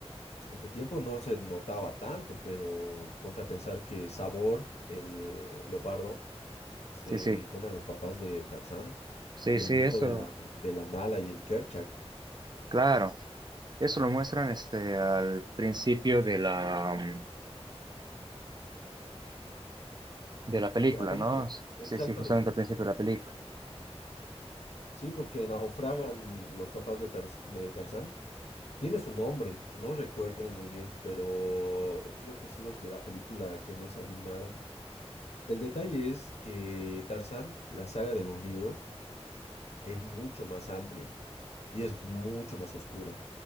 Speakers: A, on the left; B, on the right.
A: en su tiempo no se notaba tanto, pero ponte a pensar que Sabor, el leopardo, se
B: sí, sí.
A: come a los papás de Tarzán
B: Sí,
A: y
B: sí,
A: al hijo
B: eso.
A: de la, de la Nala y el Kerchak
B: Claro. Eso lo muestran este, al principio de la, mm, de la película,
A: de la película.
B: ¿no?
A: Exactamente.
B: Sí, sí, justamente al principio de la película.
A: Sí, porque naufragan los papás de, Tarz- de Tarzán. Tiene su nombre, no recuerdo muy bien, pero creo que es los de la película que no es animada. El detalle es que Tarzán, la saga de los libros, es mucho más amplia. y es mucho más oscura.